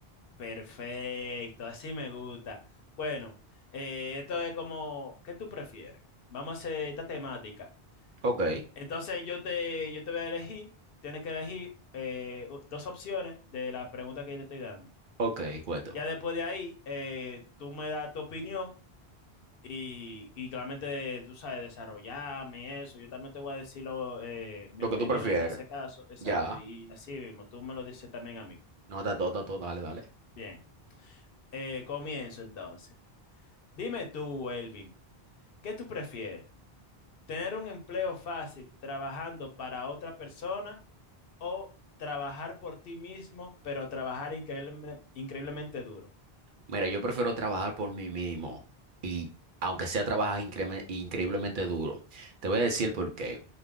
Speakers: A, on the left; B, on the right.
A: Perfecto, así me gusta. Bueno, eh, esto es como, ¿qué tú prefieres? Vamos a hacer esta temática.
B: Ok,
A: Entonces yo te, yo te voy a elegir, tienes que elegir eh, u- dos opciones de la pregunta que yo te estoy dando.
B: ok, cuéntame.
A: Ya después de ahí, eh, tú me das tu opinión y, y claramente tú sabes desarrollarme y eso. Yo también te voy a decir lo, eh, mi
B: Lo
A: opinión
B: que tú prefieres.
A: en ese caso, exacto.
B: Ya,
A: Y así mismo, tú me lo dices también a mí.
B: no, está todo, está todo, dale, dale.
A: Bien, eh, comienzo entonces. Dime tú, Elvin, ¿qué tú prefieres? ¿Tener un empleo fácil trabajando para otra persona? o trabajar por ti mismo, pero trabajar increíble- increíblemente duro.
B: Mira, yo prefiero trabajar por mí mismo y aunque sea trabajar increme- increíblemente duro, te voy a decir el porqué.